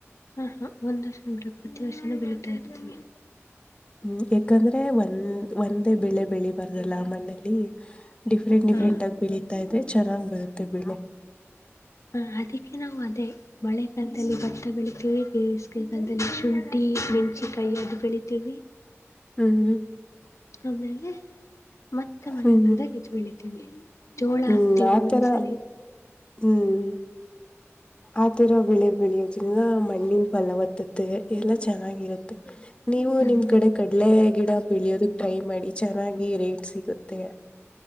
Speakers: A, on the left (about 85°); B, on the left (about 20°).
A: ಹಾ ಹಾ ಒಂದ್ ವರ್ಷಡ ಪ್ರತಿ ವರ್ಷನೂ ಬೆಳತಾ ಇರ್ತೀವಿ.
B: ಹ್ಮ್ ಯಾಕಂದ್ರೆ ಒಂದ್ ಒಂದೇ ಬೆಳೆ ಬೆಳಿ ಬಾರದಲ್ಲ ಮಣ್ಣಲ್ಲಿ. ಡಿಫ್ರೆಂಟ್ ಡಿಫ್ರೆಂಟ್
A: ಹಾ
B: ಆಗಿ ಬೆಳಿತಾ ಇದೆ ಚೆನ್ನಾಗ್ ಬರುತ್ತೆ ಬೆಳೆ.
A: ಹ ಅದಕ್ಕೆ ನಾವು ಅದೇ ಮಳೆಗಾಲದಲ್ಲಿ ಭಟ್ಟ ಬೆಳಿತೀವಿ ಬೇಸಿಗೆಕಾಲದಲ್ಲಿ ಶುಂಠಿ. ಸುಂಟಿ ಮೆಣಸಿನಕಾಯಿ ಅದು ಬೆಳಿತೀವಿ.
B: ಹ್ಮ್ ಹ್ಮ್
A: ಆಮೇಲೆ ಮತ್ತೆ ಮಳೆಗಾಲದಲ್ಲಿ
B: ಹ್ಮ್
A: ಇದು ಬೆಳಿತೀವಿ ಜೋಳ
B: ಹ್ಮ್
A: ಹಾಕ್ತೀವಿ
B: ಆತರ
A: ಒಂದೊಂದ್ಸಲಿ.
B: ಹ್ಮ್ ಆ ತರ ಬೆಳೆ ಬೆಳಿಯೋುದಿಲ್ಲ ಮಣ್ಣಿನ ಫಲವತ್ತು. ಎಲ್ಲ ಚೆನ್ನಾಗಿರುತ್ತೆ ನೀವು
A: ಹ್ಮ್
B: ನಿಮ್ ಕಡೆ ಕಡ್ಲೆ ಗಿಡ ಬೆಳಿಯೋದಕ್ ಟ್ರೈ ಮಾಡಿ. ಚೆನ್ನಾಗಿ ರೇಟ್ ಸಿಗುತ್ತೆ.